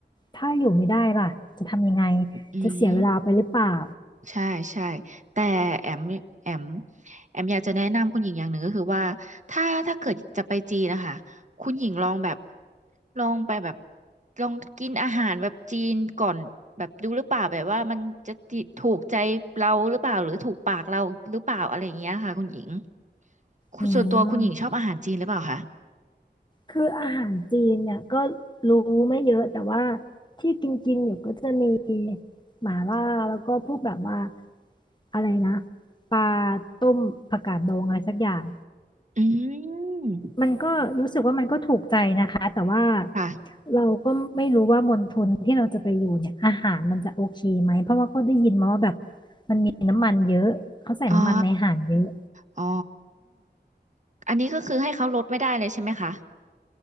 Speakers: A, on the left (about 25°); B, on the right (about 45°).
A: ถ้าอยู่ไม่ได้ล่ะจะทำยังไง
B: อืม
A: จะเสียเวลาไปหรือเปล่า
B: ใช่ใช่แต่แอมแอมแอมอยากจะแนะนำคุณหญิงอย่างหนึ่งก็คือว่าถ้าถ้าเกิดจะไปจีนนะคะคุณหญิงลองแบบลองไปแบบลองกินอาหารแบบจีนก่อนแบบดูหรือเปล่าแบบว่ามันจะติถูกใจเราหรือเปล่าหรือถูกปากเราหรือเปล่าอะไรอย่างเงี้ยค่ะคุณหญิงคุณส่วนตัวคุณหญิงชอบอาหารจีนหรือเปล่าคะ
A: อืม คืออาหารจีนเนี่ยก็รู้ไม่เยอะแต่ว่าที่กินกินอยู่ก็จะมีหม่าล่าแล้วก็พวกแบบว่าอะไรนะปลาต้มผักกาดดองอะไรสักอย่าง
B: อืม
A: มันก็รู้สึกว่ามันก็ถูกใจนะคะแต่ว่า
B: ค่ะ
A: เราก็ไม่รู้ว่ามณฑลที่เราจะไปอยู่เนี่ยอาหารมันจะโอเคไหมเพราะว่าก็ได้ยินมาว่าแบบมันมีน้ำมันเยอะเขาใส่น้ำมันในอาหารเยอะ
B: อ๋ออ๋ออันนี้ก็คือให้เขาลดไม่ได้เลยใช่ไหมคะ